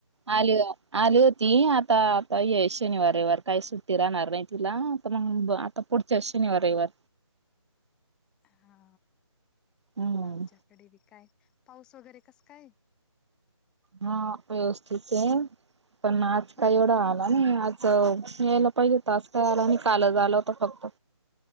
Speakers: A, on the right (about 65°); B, in the centre.
A: आली आली होती. आता आता ये शनिवार रविवारी काही सुट्टी राहणार नाही तिला आता मग आता पुढच्या शनिवार रविवार
B: हा
A: हम्म
B: आमच्याकडे बी काय पाऊस वगैरे कस काय?
A: हा व्यवस्थित आहे. पण आज
B: हम्म
A: काय एवढा आला नाही. आज यायला पाहिजे होता. आज काय आला नाही. कालच आला होता फक्त